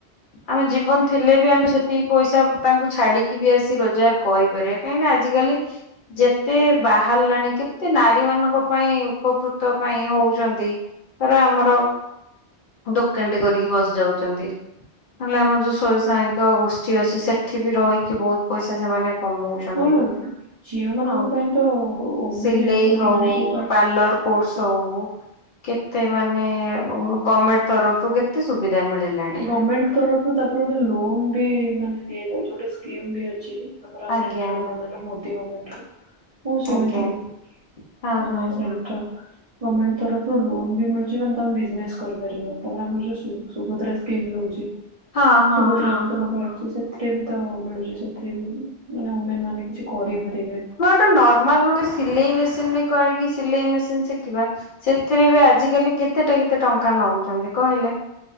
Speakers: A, on the left; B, on the right.
A: ଆମେ ଜୀବନ ଥିଲେ ବି ଆ ଆମେ ସେତିକି ପଇସା ତାଙ୍କୁ ଛାଡିକି ବି ଆସି ରୋଜଗାର କରିପାରିବା। କାହିଁକିନା ଆଜିକାଲି ଯେ ଯେତେ ବାହାରିଲାଣି କେତେ ନାରୀମାନଙ୍କ ପାଇଁ ଉପକୃତ ପାଇଁ ହଉଚନ୍ତି। ଧର ଆମର ଦୋକାନଟେ କରିକି ବସି ଯାଉଚନ୍ତି। ନହେଲେ ଆମର ଯୋଉ। <unintelligible> ଗୋଷ୍ଠୀ ଅଛି ସେଠି ବି ରହିକି ବହୁତ ପଇସା ସେମାନେ କମଉଛନ୍ତି।
B: ହଁ ଝିଅ ମାନଙ୍କ
A: ଆଉ
B: ପାଇଁ ତ ଓମେନ
A: ସିଲେଇ
B: ଏମ୍ପାୱାରମେଣ୍ଟ
A: ହଉ
B: ଯୋଉଟା ଅଛି
A: ପାର୍ଲର କୋର୍ସ ହଉ କେତେ ମାନେ ଗମେଣ୍ଟ ତରଫରୁ କେତେ ସୁବିଧା ମିଳିଲାଣି।
B: ଗମେଣ୍ଟ ତରଫରୁ ତାପରେ ଗୋଟେ ଲୋନ୍ ବି ମାନେ ଦିଆଯାଉଚି ଗୋଟେ ସ୍କିମ୍ ବି ଅଛି। ଆମର
A: ଆଜ୍ଞା
B: ସେଣ୍ଟ୍ରାଲ ଗମେଣ୍ଟ ମୋଦି ଗମେଣ୍ଟରୁ। ମୁଁ ଶୁଣିଥିଲି।
A: ଆଜ୍ଞା ହଁ
B: ମାନେ
A: ହଁ
B: ସେଣ୍ଟ୍ରାଲ୍
A: ହୁଁ।
B: ଗମେଣ୍ଟ୍ ତରଫରୁ ଲୋନ୍ ବି ମିଳୁଚି ମାନେ ତମେ ବିଜନେସ୍ କରିପାରିବ। ତାପରେ ଆମର ଯୋଉ ସୁ ସୁଭଦ୍ରା ସ୍କିମ୍ ରହୁଚି
A: ହଁ ହଁ
B: ସୁଭଦ୍ରା
A: ହଁ
B: ଯୋଜନା
A: ହଁ
B: ବାହାରିଚି ସେଥିରେ ବି ତ ମିଳୁଚି। ସେଥିରେ ବି ମାନେ ଓମେନ ମାନେ କିଛି କରିପାରିବେ।
A: ତ ନର୍ମାଲ ଗୋଟେ ସିଲେଇ ମେସିନ ବି କରିକି ସିଲେଇ ମେସିନ ଶିଖିବା ସେଥିରେ ବି ଆଜିକାଲି କେତେଟା କେତେ ଟଙ୍କା ନଉଛନ୍ତି କହିଲେ।